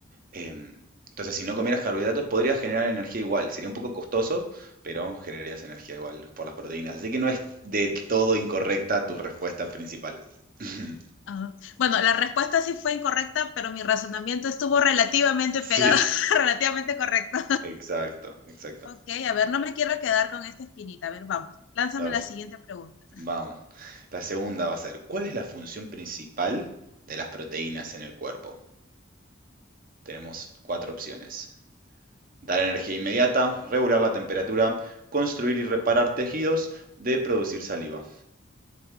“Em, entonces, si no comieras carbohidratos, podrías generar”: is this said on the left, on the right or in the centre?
Right